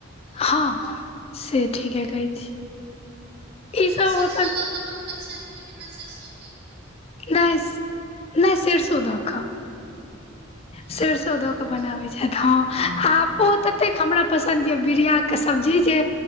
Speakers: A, on the right; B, on the left.
A: नीक
B: हँ
A: होइ छै
B: से ठिके कहै छी।
A: ओ
B: ई
A: तऽ
B: सब
A: सरिसो
B: अपन
A: दऽ कऽ बनबैत छथि कि बिना सरिसोक के।
B: नहि नहि सेरसौधक।
A: तहन
B: सरसो
A: तऽ नीक
B: दऽ
A: होइ
B: के बनाबै
A: छै
B: छथ। हँ आ ओ ततेक हमरा पसन्द यऽ बिड़ियाके सब्जी जे।